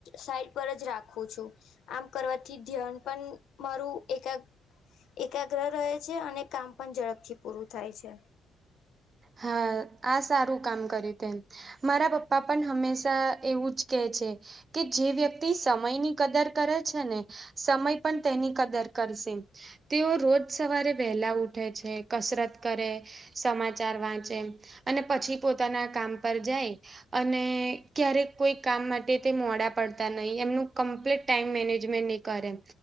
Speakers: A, on the left (about 75°); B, on the right (about 35°).
A: સાઈડ પર જ રાખું છુ. આમ કરવાથી ધ્યાન પણ મારું એક એકાગ્ર રહે છે, અને કામ પણ ઝડપથી પૂરું થાય છે.
B: હા આ સારું કામ કર્યું તેમ મારા પપ્પા પણ હમેશા એવું જ કે છે કે જે વ્યક્તિ સમયની કદર કરે છેને. સમય પણ તેની કદર કરશે તેઓ રોજ સવારે વહેલા ઉઠે છે, કસરત કરે સમાજ વાંચે અને પછી પોતાના કામ પર જાય. અને ક્યારેક કોઈ કામ માટે તે મોડા પડતા નહી એમનું કમ્પ્લીટ ટાઈમ મેનેજમેન્ટ કરે